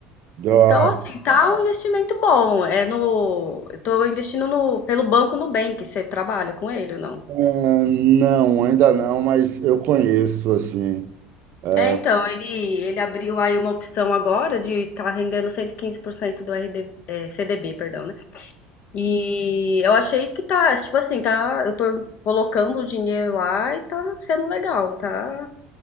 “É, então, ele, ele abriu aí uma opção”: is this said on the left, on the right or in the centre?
Left